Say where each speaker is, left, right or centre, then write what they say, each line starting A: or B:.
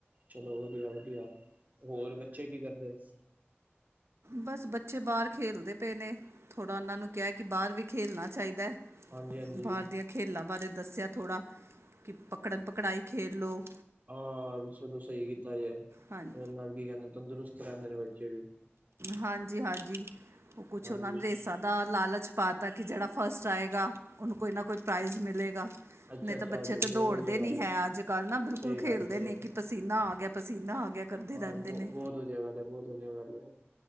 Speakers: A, on the right; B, on the right.
A: ਚਲੋ ਵਧੀਆਂ-ਵਧੀਆਂ। ਹੋਰ ਬੱਚੇ ਕੀ ਕਰਦੇਂ?
B: ਬਸ, ਬੱਚੇ ਬਾਹਰ ਖੇਲਦੇ ਪਏ ਨੇ। ਥੋੜ੍ਹਾ ਉਹਨਾਂ ਨੂੰ ਕਿਹਾਂ ਕਿ ਬਾਹਰ ਵੀ ਖੇਲਣਾ ਚਾਹੀਦਾ।
A: ਹਾਂਜੀ ਹਾਂਜੀ
B: ਬਾਹਰ ਦੀਆਂ ਖੇਲਾਂ ਬਾਰੇ ਦੱਸਿਆ ਥੋੜ੍ਹਾ, ਕਿ ਪਕੜਨ-ਪਕੜਾਈ ਖੇਲ ਲਓ
A: ਆਹ ਸਨੋ ਸਹੀ ਕੀਤਾ ਜੇ,
B: ਹਾਂਜੀ
A: ਉਹਦੇ ਨਾਲ ਕੀ ਕਹਿੰਦੇ ਤੰਦਰੁਸ ਰਹਿੰਦੇਂ ਨੇ ਬੱਚੇ ਵੀ।
B: ਹਾਂਜੀ-ਹਾਂਜੀ। ਉਹ ਕੁਛ
A: ਹਾਂਜੀ
B: ਉਹਨਾਂ ਰੇਸਾ ਦਾ ਲਾਲਚ ਪਾਤਾ ਕਿ ਜਿਹੜਾ ਫਸਟ ਆਏਗਾ, ਉਹਨੂੰ ਕੋਈ ਨਾ ਕੋਈ ਪ੍ਰਾਈਜ਼ ਮਿਲ਼ੇਗਾ।
A: ਅੱਛਾ
B: ਨਹੀਂ
A: ਅੱਛਾ
B: ਤਾਂ ਬੱਚੇ
A: ਬਹੁਤ
B: ਤੇ ਦੌੜਦੇ
A: ਵਧੀਆ ਗੱਲ
B: ਨੀ ਹੈ ਅੱਜ-ਕੱਲ੍ਹ ਨਾ। ਬਿਲਕੁਲ
A: ਸਹੀ ਗੱਲ
B: ਖੇਲਦੇ
A: ਹੈ, ਸਹੀ
B: ਨੀ
A: ਗੱਲ ਹੈ।
B: ਕਿ ਪਸੀਨਾਂ ਆ ਗਿਆ, ਪਸੀਨਾਂ ਆ ਗਿਆ। ਕਰਦੇ
A: ਹਾਂ
B: ਰਹਿੰਦੇਂ
A: ਬਹੁ
B: ਨੇ।
A: ਬਹੁਤ ਵਧੀਆ ਗੱਲ ਐ, ਬਹੁਤ ਵਧੀਆ ਗੱਲ ਐ।